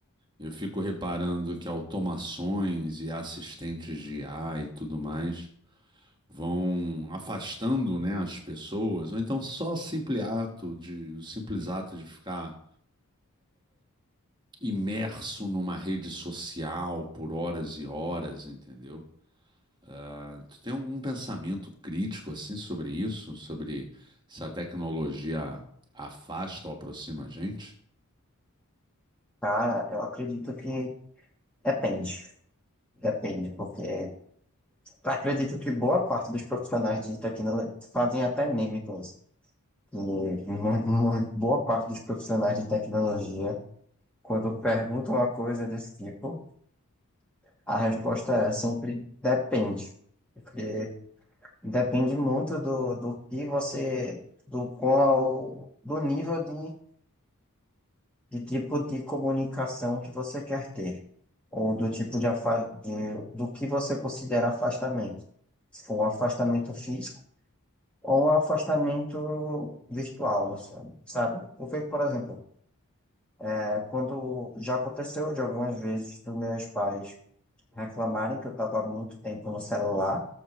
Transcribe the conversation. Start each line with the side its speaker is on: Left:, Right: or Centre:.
Right: eu fico reparando que automações e assistentes de IA e tudo mais vão afastando, né, as pessoas, ou então só o simples ato de, o simples ato de ficar imerso numa rede social por horas e horas, entendeu? Ah, Tu tem algum pensamento crítico assim sobre isso, sobre se a tecnologia afasta ou aproxima a gente?
Centre: Cara, eu acredito que depende, depende, porque acredito que boa parte dos profissionais de tecnologia fazem até meme com isso. E mu- mu- boa parte dos profissionais de tecnologia, quando perguntam uma coisa desse tipo, a resposta é sempre depende, porque depende muito do, do que você, do qual, do nível de de tipo de comunicação que você quer ter? Ou do tipo de, afa- de do que você considera afastamento? Se for um afastamento físico ou um afastamento virtual, não sei, sabe? Porque, por exemplo, é, quando já aconteceu de algumas vezes dos meus pais reclamarem que eu estava muito tempo no celular,